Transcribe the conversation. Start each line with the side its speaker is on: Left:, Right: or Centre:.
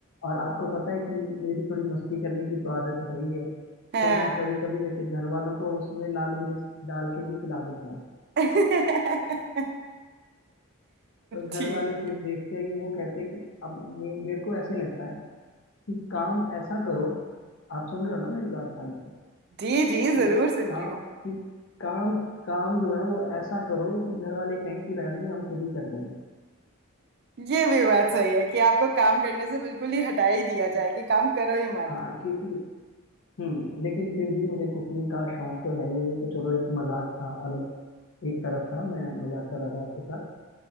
Left: और आपको पता है कि मेरी थोड़ी मस्ती करने की तो आदत है ही है
Right: हाँ
Left: तो मैं कभी कभी जैसे घर वालों को उसमें लाल मिर्च डाल के भी पिला देता हूँ
Right: <laughs>
Left: तो
Right: ठीक
Left: घर वाले फिर देखते हैं कि वो कहते हैं कि अब मे, मेरे को ऐसे लगता है कि काम ऐसा करो आप सुन रहे हो ना मेरी बात ध्यान से
Right: जी जी
Left: कि
Right: जरूर सुन
Left: काम
Right: रही हूँ
Left: कि काम काम जो है वो ऐसा करो कि घर वाले कहें तू रहने दे हम खुद ही कर लेंगे
Right: ये भी बात सही है कि आपको काम करने से बिल्कुल ही हटा ही दिया जाए कि काम करो ही मत
Left: आ, क्योंकि हम्म लेकिन फिर भी मुझे कुकिंग का शौक तो है ये ये तो चलो एक मजाक था अलग एक तरफ था मैं मजाक कर रहा था आपके साथ